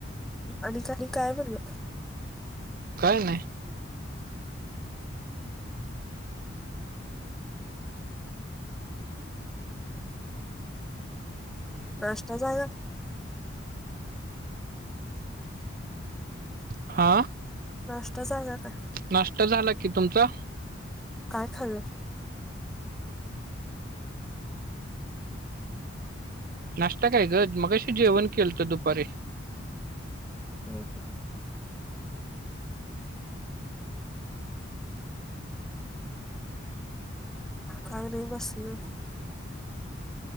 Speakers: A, in the centre; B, on the right.
A: आणि काही काय म्हण ग
B: काय नाही
A: <unintelligible> <inaudible> नाष्ट्ता जागा
B: हा
A: नाश्ता झाला काय
B: नाष्ट्त झाला कि तुमचा
A: काय खालं
B: नाश्ता काय ग मगशी जेवण केलत दुपारी
A: हम् हम काही नाही बसज